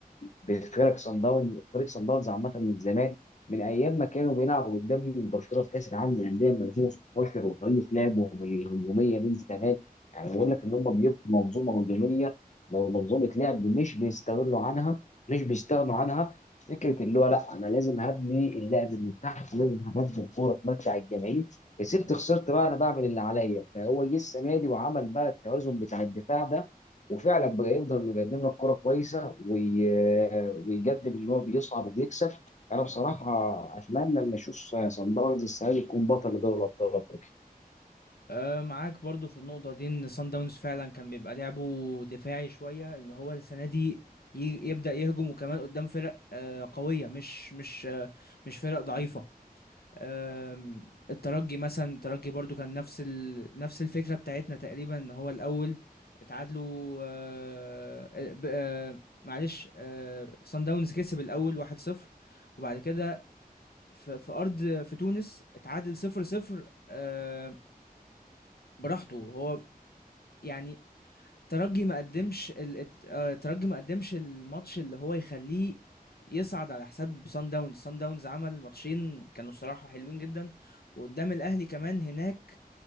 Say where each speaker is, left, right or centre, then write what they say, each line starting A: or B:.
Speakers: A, on the left (about 50°); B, on the left (about 80°).
A: بفرق صن داونز فريق صن داونز عامه من زمان من ايام ما كانوا بيلعبوا قدام برشلونه في كاس العالم للانديه من 2016 وطريقه لعبهم الهجوميه من زمان يعني بقول لك ان هم بيبقوا منظومه هجوميه منظومه لعب مش بيستغلوا عنها مش بيستغنوا عنها فكره اللي هو لا انا لازم هبني اللعب من تحت لازم هبني الكوره تمتع الجماهير كسبت خسرت بقى انا بعمل اللي عليا فهو جه السنه دي وعمل بقى التوازن بتاع الدفاع ده وفعلا بقى يقدر انه يقدم لك كوره كويسه وي... ويقدم ان هو بيصعد وبيكسب انا بصراحه اتمنى ان اشوف صن داونز السنه دي يكون بطل لدوري ابطال افريقيا
B: أه معاك برضو في النقطة دي ان سان داونز فعلا كان بيبقى لعبه دفاعي شوية ان هو السنة دي ي- يبدأ يهجم وكمان قدام فرق أه قوية مش مش أه مش فرق ضعيفة أم، الترجي مثلا الترجي برضو كان نفس ال... نفس الفكرة بتاعتنا تقريبا ان هو الأول اتعادلوا أه آه، ب- أه معلش أه سان داونز كسب الأول 1-0 وبعد كده في, في أرض في تونس اتعادل 0-0 أه براحته هو يعني ترجي ما قدمش ال... الت- آه، ترجي ما قدمش الماتش اللي هو يخليه يصعد على حساب سان داونز سان داونز عمل ماتشين كانوا صراحة حلوين جدا وقدام الاهلي كمان هناك